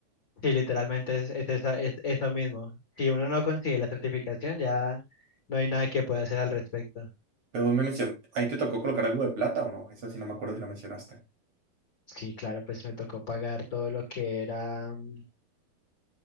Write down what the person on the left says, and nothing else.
Sí, literalmente es, es, esa- es eso mismo. Si uno no consigue la certificación, ya no hay nada que pueda hacer al respecto.
Sí, claro, pues me tocó pagar todo lo que era, mm,